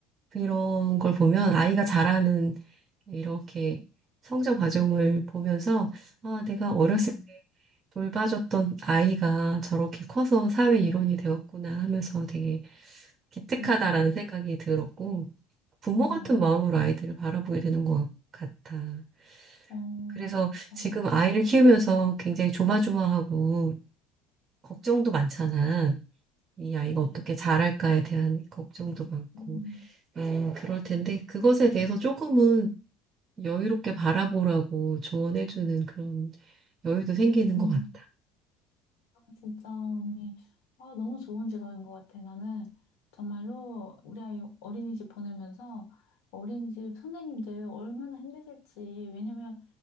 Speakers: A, on the right; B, on the left.
A: 그런 걸 보면 아이가 자라는 이렇게 성장 과정을 보면서, 아, 내가 어렸을
B: 응,
A: 때 돌봐줬던 아이가 저렇게 커서 사회 일원이 되었구나 하면서 되게 기특하다라는
B: 응,
A: 생각이 들었고, 부모
B: 어,
A: 같은 마음으로 아이들을 바라보게 되는 것 같아.
B: 어,
A: 그래서
B: 맞아.
A: 지금 아이를 키우면서 굉장히 조마조마하고, 걱정도 많잖아. 이
B: 그치.
A: 아이가 어떻게 자랄까에 대한 걱정도 많고,
B: 응,
A: 음, 그럴 텐데, 그것에 대해서 조금은 여유롭게 바라보라고 조언해주는 그런 여유도 생기는
B: 응.
A: 것 같다.
B: 진짜 언니 아, 너무 좋은 직업인 것 같아. 나는 정말로 우리 아이 어린이집 보내면서 어린이집 선생님들 얼마나 힘드실지. 왜냐면